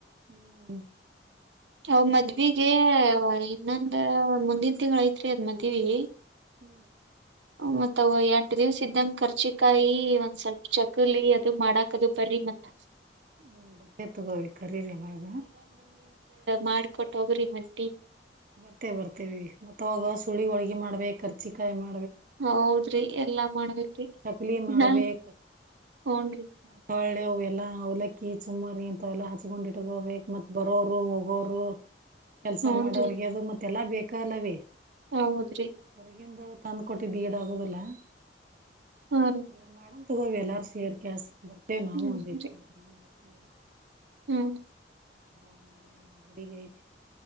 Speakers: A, on the right (about 50°); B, on the right (about 80°).
A: ಹ್ಮ್
B: ಅವ ಮದ್ವಿಗೆ ಇನ್ನೊಂದ ಮುಂದಿನ ತಿಂಗ್ಳ್ ಐತ್ರಿ ಅದ ಮದ್ವಿ.
A: ಹ್ಮ್
B: ಮತ್ತ ಅವ ಎಂಟ ದಿವ್ಸ ಇದ್ದಂಗ ಖರ್ಚಿಕಾಯಿ ಒಂದ್ ಸ್ವಲ್ಪ ಚಕಲಿ ಅದು ಮಾಡಾಕದು ಬರ್ರಿ ಮತ್ತ.
A: ಹ್ಮ್ ಬಟ್ಟೇ ತಗೋವಿ ಕರೀರಿವಾಗ
B: ಮಾಡ್ಕೊಟ್ಟ ಹೋಗ್ರಿ ಮಟ್ಟಿ
A: ಬರ್ತೆೇ ಬರ್ತೇವಿ ಮತ್ತವಾಗ ಸುಳಿ ಹೋಳಗೆ ಮಾಡ್ಬೇಕರ್ ಚಿಕಾಯ ಮಾಡ
B: ಹ ಹೌದ್ರಿ ಎಲ್ಲಾ ಮಾಡ್ಬೇಕಿ
A: ಚಕ್ಲಿ
B: ಇದಾ
A: ಮಾಡ್ಬೇಕ
B: ಹನ್
A: ಮತ್ತ ಹೊಳ್ಳೆ ಎಲ್ಲಾ ಅವಲಕ್ಕಿ ಸುಮ್ಮಾರಿ ಅಂತವೆೆಲ್ಲಾ ಹಚ್ಕೊಂಡಿಟ್ ಹೋಬೇಕಕ್ ಮತ್ ಬರೋರು ಹೋಗೋರು ಕೆಲ್ಸ
B: ಹೂನ್ರಿ
A: ಮಾಡೋರಿಗೆ ಅದು ಮತ್ತೆ ಎಲ್ಲ ಬೇಕ ಅಲ್ಲವೇ
B: ಹೌದ್ರಿ
A: ಹೊರಗಂದು ತಂದು ಕೊಟ್ಟಿದ್ದು ಗೀಡ ಆಗೋದಿಲ್ಲ <inaudible>
B: ಹಾರಿ
A: ಆ ಎಲ್ಲ ಮಾಡ ತಗವೆ ಎಲ್ಲಾರರು ಸೇರ್ಕಾ ಬರ್ತೆೇವೆ ನಾವು
B: ಹ್ಮರಿ
A: ಒಂದಿಬ್ರು
B: ಹ್ಮ್ ರೀ
A: ಇವೇ
B: ಹ್ಮ್
A: ನಳೆ ನಮ್ಮ ಗುಡಗ ಐತೆ